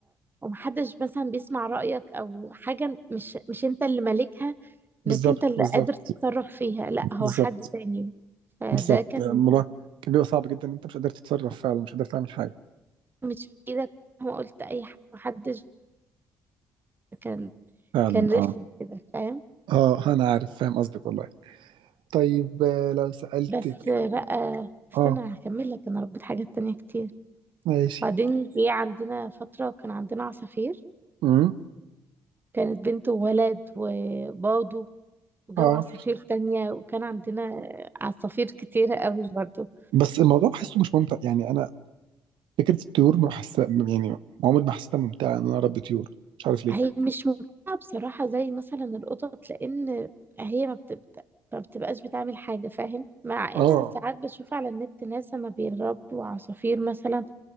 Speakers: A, on the right; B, on the right.
A: ومحدش مثلا بيسمع رأيك او حاجة مش مش انت اللي مالكها
B: بالظبط
A: انك انت اللي
B: بالظبط
A: قادر تتصرف فيها لا هو
B: بالظبط
A: حد تاني فده
B: بالظبط
A: كان
B: الموضوع كان بيبقى صعب جدا انت مش قادر تتصرف فعلا مش قادر تعمل حاجه
A: مش في ايدك ما قلت اي حاجه محدش كان
B: فعلا
A: كان
B: اه
A: رخم كده فاهم
B: اه انا عارف فاهم قصدك والله طيب آه، لو سألتك
A: بس بقى استنى
B: اه
A: هكمل لك انا ربيت حاجات تانية كتير
B: ماشي
A: بعدين جه عندنا فتره كان عندنا عصافير
B: امم
A: كانت بنت وولد وباضوا وجابوا
B: اه
A: عصافير تانية وكان عندنا عصافير كتيرة قوي برضه
B: بس الموضوع بحسه مش ممتع يعني انا فكره الطيور ما بحس يعني عمري ما حسيتها ممتعه ان انا اربي طيور مش عارف ليه
A: هي مش ممتعة بصراحة زي مثلا القطط لأن هي ما بتبدأ ما بتبقاش بتعمل حاجة فاهم مع إن
B: اه
A: أنا ساعات بشوف على النت ناس لما بيربوا عصافير مثلا